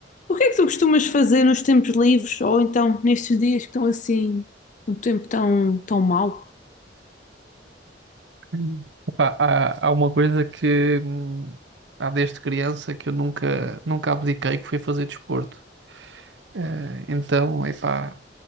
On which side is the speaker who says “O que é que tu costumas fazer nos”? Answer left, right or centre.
Left